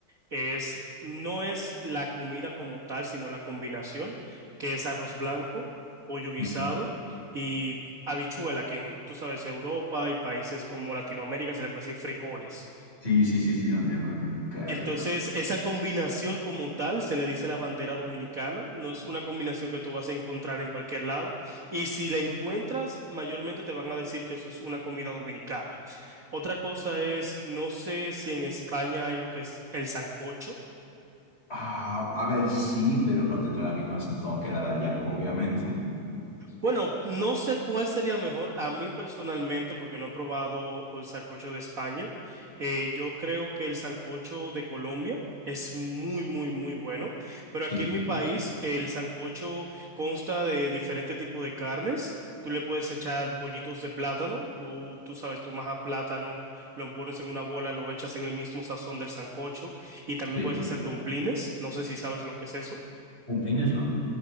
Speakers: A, on the right; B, on the left.
A: es, no es la comida como tal, sino la combinación, que es arroz blanco, pollo guisado
B: Mm.
A: y habichuela, que en, tú sabes, Europa y países como Latinoamérica se le puede decir frijoles.
B: Sí, sí, sí, sí, no entiendo, no entiendo. Qué
A: Entonces,
B: rico.
A: esa combinación como tal se le dice la bandera dominicana, no es una combinación que tú vas a encontrar en cualquier lado y si la encuentras, mayormente te van a decir que eso es una comida dominicana. Otra cosa es, no sé si en España hay lo que es el sancocho.
B: Ah, a ver, sí, pero no tendrá la misma sazón que la de allá, obviamente. <laughs>
A: Bueno, no sé cuál sería mejor a mí personalmente, porque no he probado el sancocho de España. Eh, yo creo que el sancocho de Colombia es muy, muy, muy bueno. Pero
B: Sí,
A: aquí en mi país,
B: pues,
A: el sancocho consta de diferentes tipos de carnes. Tú le puedes echar bollitos de plátano. Tú, tú sabes, tú majas plátano, lo pones en una bola, lo echas en el mismo sazón del sancocho. Y también
B: sí.
A: puedes hacer domplines. No sé si sabes lo que es eso.
B: Cumplines no.